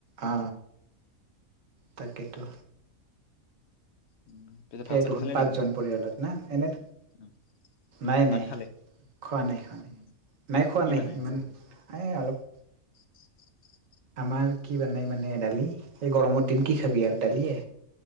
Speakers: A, on the right; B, on the left.
A: অ তাকেতো
B: উম, পিছে
A: সেইটোখোন
B: ভাত চাত খালে
A: পাঁচজন
B: নেকি?
A: পৰিয়ালত না এনে
B: উম,
A: নাই নাই
B: ভাত খালে?
A: খোৱা নাই খোৱা নাই
B: উম,
A: নাই খোৱা
B: কি
A: নাই
B: বনাই
A: ইমান
B: আছে আজি?
A: এই অলপ।
B: <unintelligible>
A: আমাৰ কি বনায় মানে দালি এই গৰমৰ দিন কি খাবি আৰু দালিয়ে।